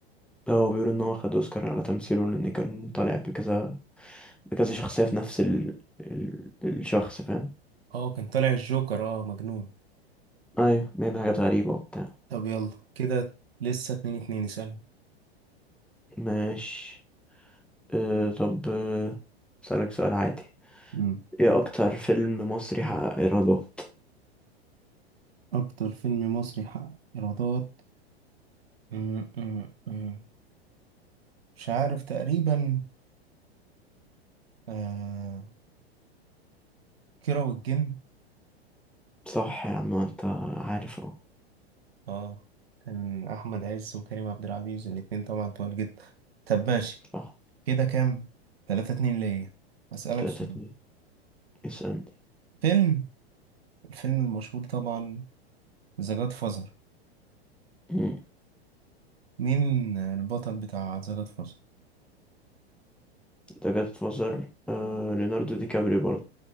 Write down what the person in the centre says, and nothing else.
لا هو بيقول ان هو خد اوسكار على تمثيله لان كان طالع بكذا بكذا شخصية في نفس ال... ال... الشخص فاهم
ايوه بيعمل حاجات غريبة وبتاع
ماشي أه طب أه، اسألك سؤال عادي
ايه اكتر فيلم مصري حقق ايرادات
صح يا عم انت عارف اهو
صح
تلاتة
اتنين اسألني
مم.
ده جاد فازر أه ليوناردو دي كابريو برضه